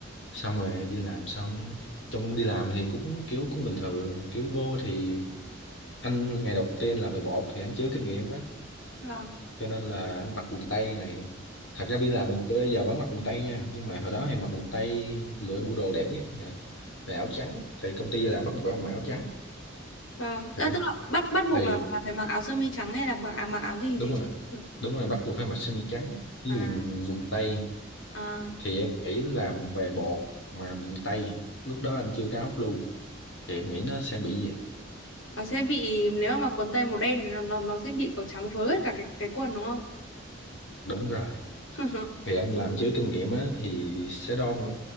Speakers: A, on the left; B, on the left.
A: xong rồi đi làm xong trong đi làm thì cũng kiểu cũng bình thường kiểu vô thì anh ngày đầu tiên làm về bột thì anh chưa kinh nghiệm á
B: Vâng,
A: cho nên là anh mặc quần tây này thật ra bây giờ mình bây giờ vẫn mặc quần tây nha nhưng mà hồi đó thì mặc quần tây lựa bộ đồ đẹp nhất nè rồi áo trắng thì công ty là bắt buộc phải mặc áo trắng
B: vâng.
A: Đấy.
B: Đã tức là bắt bắt buộc
A: thì
B: là là phải mặc áo sơ mi trắng hay là mặc à, mặc áo gì
A: đúng
B: gì
A: rồi
B: trắng cũng được.
A: đúng rồi bắt buộc phải mặc sơ mi trắng với
B: À,
A: quần quần tây
B: à,
A: thì em nghĩ làm về bột mà quần tây lúc đó anh chưa có áo blue thì em nghĩ nó sẽ bị vậy
B: nó sẽ bị nếu mà mặc quần tây màu đen thì nó nó nó sẽ bị kiểu trắng phớ hết cả cái cái quần đúng không?
A: đúng rồi
B: <laughs>
A: thì anh làm chứ kinh nghiệm á thì sẽ đo mỗi,